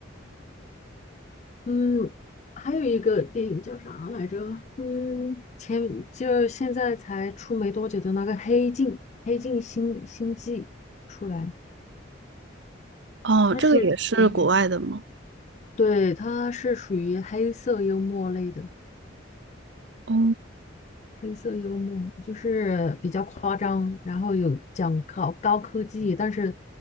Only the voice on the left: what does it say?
嗯，还有一个电影叫啥来着？嗯，前就现在才出没多久的那个《黑镜》，《黑镜》新新季出来，
它是属于。
对，它是属于黑色幽默类的，
黑色幽默就是比较夸张，然后有讲高高科技，但是